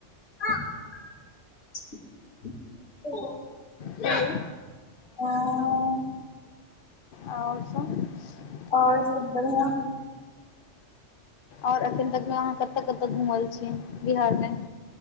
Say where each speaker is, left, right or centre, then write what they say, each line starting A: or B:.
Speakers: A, on the left; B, on the left.
A: <inaudible> <inaudible>
B: कहियौ और सब
A: और सब बढ़यां
B: और एखन तक मे अहाँ कतऽ कतऽ घुमल छी बिहार मे